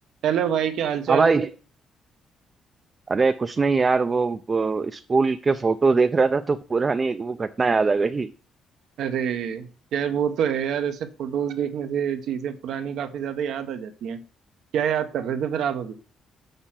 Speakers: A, on the right; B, on the right.
A: Hello भाई क्या हालचाल
B: हाँ भाई अरे कुछ नहीं यार वो, वो स्कूल के फोटो देख रहा था तो पुरानी एक वो घटना याद आ गई
A: अरे यार वो तो है यार ऐसे फोटोज देखने से चीजें पुरानी काफी ज्यादा याद आ जाती हैं क्या याद कर रहे थे फिर आप अभी